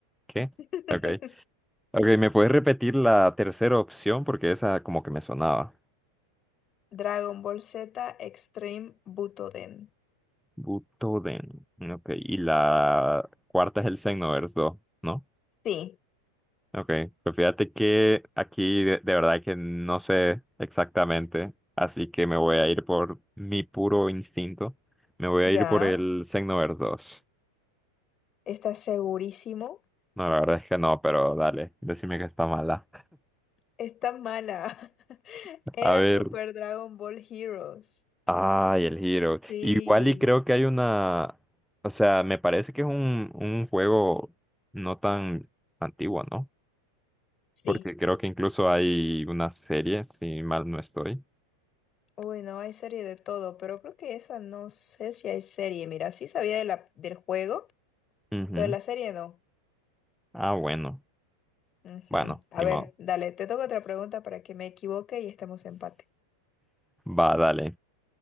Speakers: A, in the centre; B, on the left.
A: ¿qué?
B: <laughs>
A: Ok. Ok, ¿me puedes repetir la tercera opción? Porque esa como que me sonaba.
B: Dragon Ball Z Extreme Butoden.
A: Butoden. Ok, y la cuarta es el Xenoverse 2, ¿no?
B: Sí,
A: Ok, pues fíjate que aquí de, de verdad que no sé exactamente, así que me voy a ir por mi puro instinto. Me voy a ir
B: ya.
A: por el Xenoverse dos.
B: Está segurísimo.
A: No, la verdad es que no, pero dale, decime que está mala.
B: Está mala. <laughs>
A: <laughs>
B: Era
A: A ver,
B: Super Dragon Ball Heroes.
A: ay, el Hero.
B: Sí,
A: Igual y creo que hay una, o sea, me parece que es un, un juego no tan antiguo, ¿no?
B: sí.
A: Porque creo que incluso hay una serie, si mal no estoy.
B: Bueno, hay serie de todo, pero creo que esa no sé si hay serie. Mira, sí sabía de la, del juego,
A: Ujú.
B: pero de la serie no.
A: Ah, bueno,
B: Ujú.
A: bueno,
B: A
A: ni
B: ver,
A: modo.
B: dale, te toca otra pregunta para que me equivoque y estemos en empate.
A: Va, dale.